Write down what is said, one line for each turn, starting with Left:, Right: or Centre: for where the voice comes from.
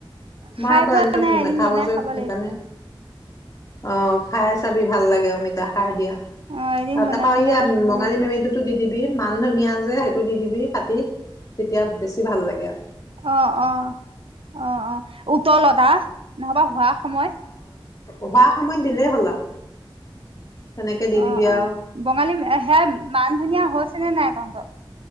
Right: খাই
Left: মই আকৌ
Right: পোৱা
Left: এতে
Right: নাই এদিন
Left: নেখাব
Right: বনাই
Left: যে
Right: খাব লাগিব
Left: সেইকাৰণে। অ' খাই চাবি ভাল লাগে। তাকে অমিতা সাৰ দিয়া।
Right: অ', এদিন
Left: তাৰাপা
Right: বনাই পেলাই
Left: ইয়া
Right: খাই চাব
Left: বঙালী
Right: লাগিব।
Left: মেমিটোতো দি দিবি। মান ধুনীয়া যে সে টো দি দিবি। কাটি তেতিয়া বেছি ভাল লাগে অ
Right: অ' অ'। অ' অ'। উতলতা নহবা হোৱা সময়ত।
Left: অভাৰ সময়ত দিলেই হ'ল আৰু। তেনেকে দি দিবি
Right: অ'
Left: আৰু
Right: অ'। বঙালী সেয়া মান ধনীয়া হৈছ ছে নে নাই তহঁতৰ?